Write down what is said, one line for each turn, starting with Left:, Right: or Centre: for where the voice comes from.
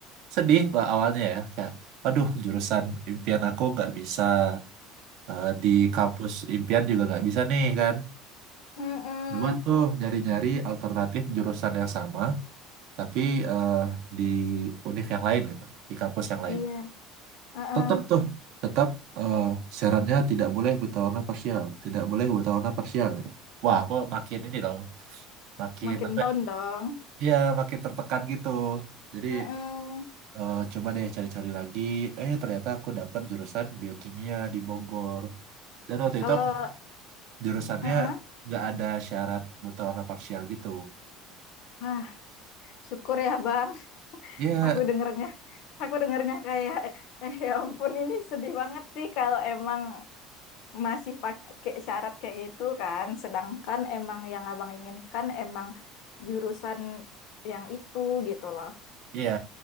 Right: sedih pak awalnya ya kayak aduh jurusan impian aku nggak bisa eh, di kampus impian juga nggak bisa nih kan
Left: Mm-mm.
Right: coba tuh nyari-nyari alternatif jurusan yang sama tapi eh, di univ yang lain gitu di kampus yang lain
Left: Iya, uh
Right: tetap tuh tetap eh, syaratnya tidak boleh bertaruna parsial tidak boleh bertaruna parsial gitu. wah aku makin ini dong makin
Left: Makin
Right: apa
Left: down
Right: ya
Left: dong.
Right: Iya, makin tertekan gitu jadi
Left: Mm-mm.
Right: Eh, coba deh cari-cari lagi. Eh, ternyata aku dapat jurusan biokimia di Bogor. Dan waktu
Left: Kalau,
Right: itu aku jurusannya
Left: uh
Right: nggak ada syarat buta warna parsial gitu.
Left: Ah, syukur ya, Bang.
Right: Iya,
Left: Aku dengernya, aku dengernya kayak, eh ya ampun, ini sedih banget sih kalau emang masih pakai syarat kayak gitu kan. Sedangkan emang yang Abang inginkan emang jurusan yang itu gitu loh.
Right: iya.